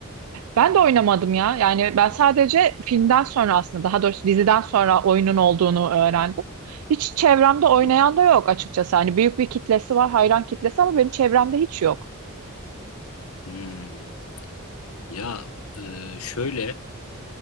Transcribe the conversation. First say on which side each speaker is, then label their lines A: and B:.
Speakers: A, on the right; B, on the left.
A: Ben de oynamadım ya. Yani ben sadece filmden sonra aslında daha doğrusu diziden sonra oyunun olduğunu öğrendim. Hiç çevremde oynayan
B: Hmm,
A: da yok açıkçası. Hani büyük bir kitlesi var, hayran kitlesi ama benim çevremde hiç yok.
B: hmm. Ya e, şöyle